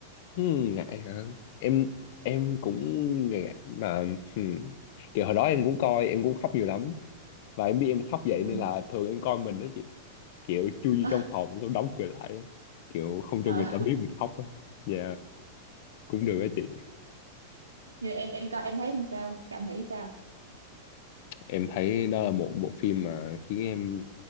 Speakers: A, on the left; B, on the right.
A: Hmm, ngại hả? Em em cũng ngại mà hmm. Kiểu hồi đó em cũng coi, em cũng khóc nhiều lắm. Và em biết em khóc vậy
B: Hiểu
A: nên
B: không?
A: là thường em coi mình đó kiểu chui vô
B: <laughs>
A: trong phòng xong đóng cửa lại á. kiểu không
B: Ờ.
A: cho người ta biết mình khóc á dạ cũng được á chị
B: Như em em coi em thấy làm sao? Cảm nghĩ sao?
A: em thấy đó là một bộ phim mà khiến em